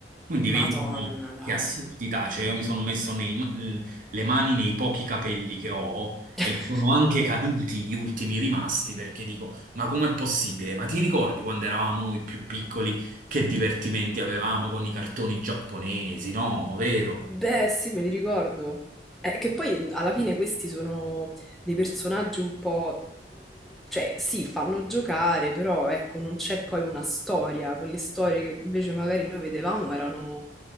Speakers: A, on the right (about 50°); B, in the centre.
A: Quindi
B: Madonna,
A: vedi un po'
B: dai.
A: che assurdità, cioè io mi sono messo nei- le mani nei pochi capelli che ho
B: <laughs>
A: e mi sono anche caduti gli ultimi rimasti perché dico: Ma com'è possibile? Ma ti ricordi quando eravamo noi più piccoli che divertimenti avevamo con i cartoni giapponesi? No, vero?
B: Beh, sì, me li ricordo. Eh, che poi mhmm, alla fine questi sono dei personaggi un po'... Cioè, sì, fanno giocare, però ecco, non c'è poi una storia. Quelle storie che invece magari noi vedevamo erano,